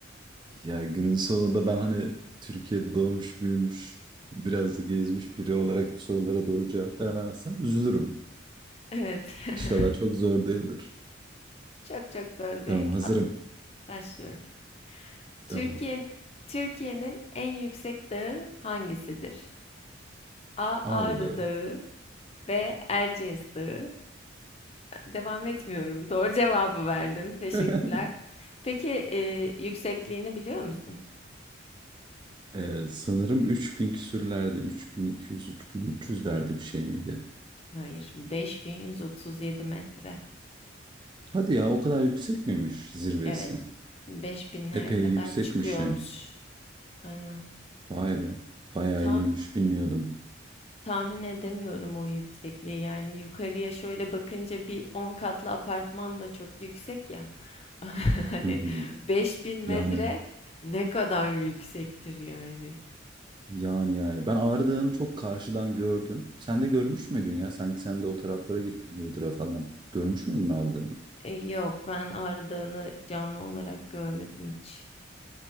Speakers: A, on the right (about 25°); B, on the left (about 30°).
A: Ya günün sonunda ben hani Türkiye'de doğmuş büyümüş biraz da gezmiş biri olarak bu sorulara doğru cevap veremezsem üzülürüm.
B: Evet. <laughs>
A: İnşallah çok zor değildir.
B: Çok çok zor değil.
A: Tamam hazırım.
B: At, başlıyorum. Türkiye,
A: Tamam.
B: Türkiye'nin en yüksek dağı hangisidir? A.
A: Ağrı'da.
B: Ağrı Dağı B. Erciyes Dağı Devam etmiyorum. Doğru cevabı verdin. Teşekkürler.
A: <laughs>
B: Peki e, yüksekliğini biliyor musun?
A: Ee, sanırım 3000 küsürlerde 3200-3300'lerde bir şey miydi?
B: Hayır. 5137 metre.
A: Hadi ya o kadar yüksek miymiş zirvesi?
B: Evet, beş binlere
A: Epey
B: kadar
A: yüksekmiş
B: çıkıyormuş.
A: ya.
B: Aynen.
A: Vay be. Bayağı
B: Ta-
A: iyiymiş bilmiyordum.
B: tahmin edemiyorum o yüksekliği. Yani yukarıya şöyle bakınca bir 10 katlı apartman da çok yüksek ya. <laughs> Hani
A: Hı hı.
B: 5000 metre
A: Yani
B: ne kadar yüksektir yani.
A: yani yani. Ben Ağrı Dağı'nı çok karşıdan gördüm. Sen de görmüş müydün ya? Sanki sen de o taraflara gittin Iğdır'a falan. Görmüş müydün Ağrı Dağı'nı?
B: E, Yok, ben Ağrı Dağı'nı canlı olarak görmedim hiç.